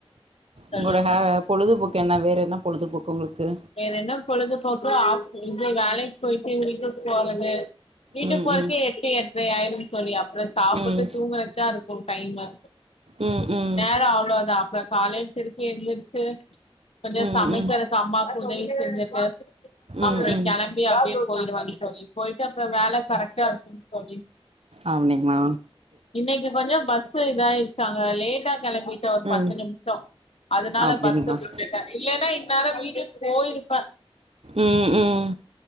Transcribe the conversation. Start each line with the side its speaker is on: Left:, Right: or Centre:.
Left: சொல்லுங்க
Right: உங்களோட ஹேப் பொழுதுபோக்கு என்ன வேறு என்ன பொழுதுபோக்கு உங்களுக்கு
Left: வேறென்ன பொழுதுபோக்கு ஆஃப் இது வேலை போயிட்டு வீட்டுக்கு போறது வீட்டுக்கு
Right: ம்
Left: போறக்கே
Right: ம்
Left: எட்டு எட்ரை ஆயிரு தோழி அப் சாப்பிட்டு
Right: ம்
Left: தூங்கிறக்தா இருக்கு டைமு
Right: ம் ம்
Left: நேரோ அவ்ளோ தா அப்றோ காலேல திருப்பி எந்திருச்சு கொஞ்ச
Right: ம்
Left: சமைக்கிறக்கு அம்மாக்கு உதவி செஞ்சிட்டு
Right: ம்
Left: அப்றோ
Right: ம் ம்
Left: கெளம்பி அப்டியே போயிடுவேன் தோழி போயிட்டு அப்றோ வேல கரெக்டா இருக்கு தோழி
Right: அப்டீங்ளா
Left: இன்னிக்கு கொஞ்சோ பஸ்சு இதாயிருச்சாங்க லேட்டா கெளம்பி டோ ஒரு பத்து
Right: ம்
Left: நிமிஷோ அதனால
Right: அப்டிங்களா
Left: பஸ்ச விட்டுட்டே இல்லன்னா இன்னேரோ வீட்டுக்கு போயிருப்பே
Right: ம் ம்